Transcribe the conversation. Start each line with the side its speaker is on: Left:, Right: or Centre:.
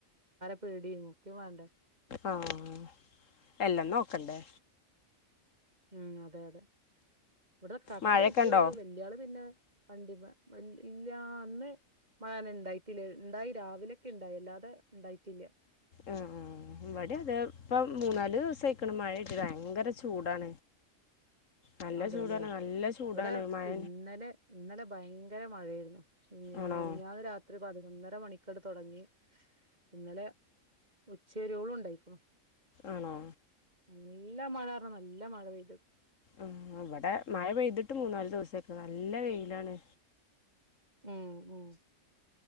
Right: പേടിയും ഒക്കെ വേണ്ടേ
Left: ആഹ് എല്ലാം നോക്കണ്ടേ
Right: ഉം അതെ അതെ ഇവെട്ന്ന് കാക്കാന്റെ
Left: മഴയൊക്കെ
Right: കുട്ടിയോൾ
Left: ഉണ്ടോ
Right: വല്ല്യ ആൾ പിന്നെ പണ്ടി ഇല്ലന്ന് മഴന ഇണ്ടായിട്ടില്ല ഉണ്ടായി രാവിലെയൊക്കെ ഇണ്ടായി അല്ലാതെ ഉണ്ടായിട്ടില്ല
Left: ഏ ഇബെടിം അതെ ഇപ്പ
Right: ഉം
Left: മൂന്നാല് ദിവ്സായി ക്ക്ണ് മഴ ആയിറ്റ് ഭയങ്കര ചൂടാണ് നല്ല
Right: അതെല്ലെ
Left: ചൂടാണ് നല്ല ചൂടാണ്
Right: ഇവിടെ
Left: മഴ
Right: ഇന്നലെ ഇന്നലെ ഭയങ്കര ങ്കര മഴയെര്ന്നു ശരിയാ
Left: ആണോ
Right: മിനിഞ്ഞാന്ന് രാത്രി പതിനൊന്നര പതിനൊന്നര മണിക്കട തുടങ്ങി ഇന്നലെ ഉച്ചരോളും ഉണ്ടായിക്കണ്
Left: ആണോ
Right: നല്ല മഴ ആയിരുന്നു നല്ല മഴ പെയ്തത്
Left: ആഹ് ഇബെടെ മഴ പെയ്തിട്ട് മൂന്നാല് ദുവ്സായി നല്ല വെയിലാണ്
Right: ഉം ഉം